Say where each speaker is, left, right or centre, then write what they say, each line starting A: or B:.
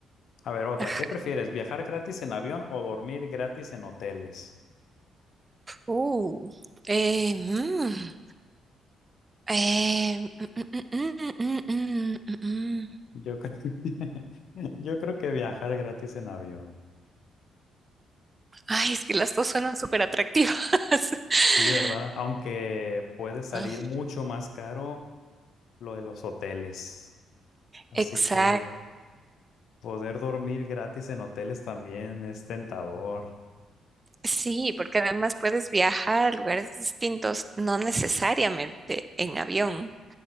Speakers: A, on the left; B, on the right.
A: A ver, otra,
B: Ajá.
A: ¿qué prefieres? ¿Viajar gratis en avión o dormir gratis en hoteles?
B: Uh, eh, mm. Eh, mm, mm, mm, mm, mm, mm, mm. mm.
A: Yo creo, <laughs> yo creo que viajar gratis en avión.
B: Ay, es que las dos suenan súper atractivas. <laughs>
A: Sí, ¿verdad? Aunque puede salir
B: Ah,
A: mucho más caro lo de los hoteles. Así
B: Exacto.
A: que poder dormir gratis en hoteles también es tentador.
B: Sí, porque además puedes viajar a lugares distintos, no necesariamente en avión,